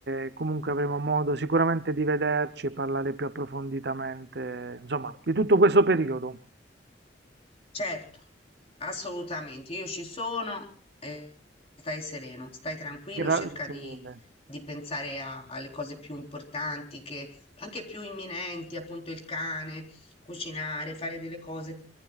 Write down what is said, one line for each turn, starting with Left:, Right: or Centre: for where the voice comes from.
Right: e comunque avremo modo sicuramente di vederci e parlare più approfonditamente, insomma, di tutto questo periodo.
Left: Certo, assolutamente. Io ci sono, e stai sereno, stai tranquillo,
Right: Grazie
Left: cerca di,
Right: mille.
Left: di pensare a- alle cose più importanti, che, anche più imminenti, appunto il cane, cucinare, fare delle cose,